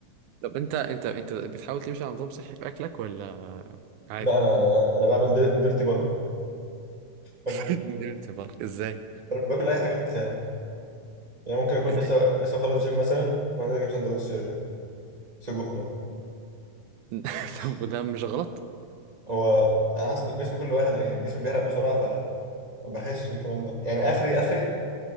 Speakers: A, on the right (about 75°); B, on the right (about 30°).
A: طب أنت أنت أنت بتحاول تمشي على نظام صحي في أكلك ولا عادي؟
B: لا انا انا بعمل ديرتي بالك باكل
A: <laughs> نمت بالك إزاي؟
B: باكل اي حاجه تتخيلها يعني ممكن اكون
A: إزاي؟
B: لسه لسه خلص جيم مثلا وانزل اجيب سندوتش سجق مثلا
A: <laughs>
B: <laughs>
A: طب وده مش غلط؟
B: هو على حسب الجسم كل واحد انا الجسم بيحرق بسرعه فما بحسش بالكلام ده يعني اخري اخري